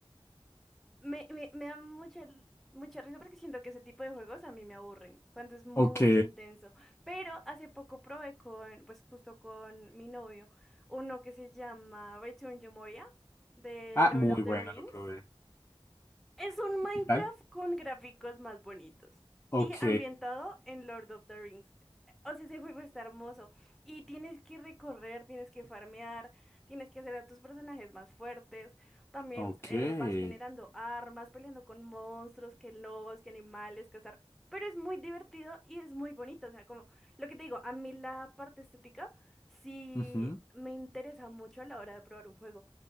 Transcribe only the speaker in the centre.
Me, me, me da mucha, mucha risa porque siento que ese tipo de juegos a mí me aburren, cuando es muy
intenso. Pero hace poco probé con, pues justo con mi novio, uno que se llama Return to Moria, de
Lord
of the
Rings.
Es un Minecraft
con gráficos más bonitos
y ambientado en Lord of the Rings. O sea, ese juego está hermoso y tienes que recorrer, tienes que farmear, tienes que hacer a tus personajes más fuertes. También
eh, vas generando armas, peleando con monstruos, que lobos, que animales, cazar. Pero es muy divertido y es muy bonito. O sea, como lo que te digo, a mí la parte estética sí
me interesa mucho a la hora de probar un juego.